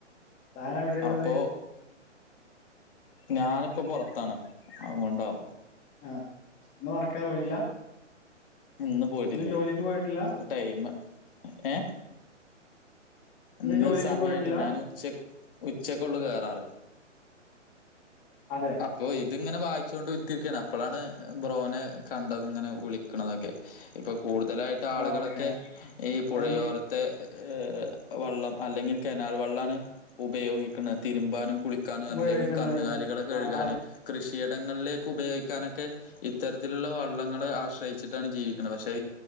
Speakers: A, on the left; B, on the left.
A: താൻ എവിടെള്ളത്
B: അപ്പോ ഞാനിപ്പോ പൊറത്താണ് അത്കൊണ്ടാവും
A: ആ ഇന്ന് വർക്കിന് പോയില്ല
B: ഇന്ന് പോയിട്ടില്ലേ
A: ജോലിക്ക് പോയിട്ടില്ല
B: ടയ്മ് ഏ ഇന്ന്
A: ജോലിക്ക്
B: സമയായിട്ടില്ല
A: പോയിട്ടില്ല
B: ഞാന് ഉച്ച ഉച്ചക്കൊള്ളു കേറാറ്
A: അതെ
B: അപ്പൊ ഇതിങ്ങനെ വായി <unintelligible> അപ്പൊളാണ് ബ്രോനെ കണ്ടത്ങ്ങനെ വിളിക്ക്ണതൊക്കെ ഇപ്പ കു കൂടുതലായിട്ട് ആളുകളൊക്കെ
A: ഓക്കെ
B: ഈ പുഴയോരത്തെ
A: എന്ന്
B: ഏ വള്ളം അല്ലെങ്കിൽ കെനാൽ വള്ളാണ് ഉപയോഗിക്കുന്നെ തിരുമ്പാനും കുളിക്കാനും അല്ലെങ്കിൽ
A: ഉപയോഗിക്കുന്നത്
B: കന്നുകാലികളെ കഴ്കാന്
A: അ
B: കൃഷിയിടങ്ങളിലേക്ക് ഉപയോഗിക്കാനൊക്കെ ഇത്തരത്തിലുള്ള വള്ളങ്ങൾ ആശ്രയിച്ചിട്ടാണ് ജീവിക്കുന്നത് പക്ഷെ